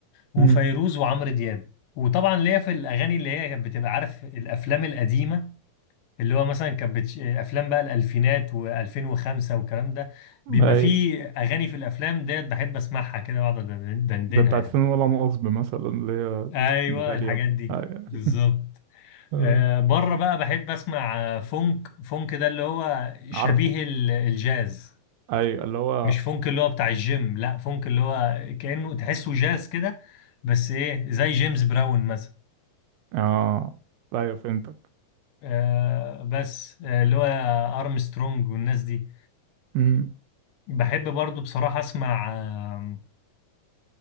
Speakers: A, on the left (about 80°); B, on the right (about 80°).
A: وفيروز
B: امم
A: وعمرو دياب وطبعا ليا في الاغاني اللي هي كانت بتبقى عارف الافلام القديمه اللي هو مثلا كانت بتش... افلام بقى الالفينات و2005 والكلام ده بيبقى
B: اي
A: فيه اغاني في الافلام ديت بحب اسمعها كده واقعد أدن- دندنها
B: ده بتاعت
A: يعني
B: فين ولا نصب مثلا اللي هي
A: ايوه
B: داليا
A: الحاجات دي
B: أي.
A: بالظبط
B: آه.
A: آه، بره بقى بحب اسمع آه، فونك فونك ده اللي هو شبيه
B: عارفه
A: ال- الجاز
B: اي اللي هو
A: مش فونك اللي هو بتاع الجيم لا فونك اللي هو كأنه تحسه جاز كده بس ايه زي جيمس براون مثلا
B: اه ايوه فهمتك
A: آه، بس آه، اللي هو ارمسترونج والناس دي
B: امم
A: بحب برضو بصراحة اسمع آه،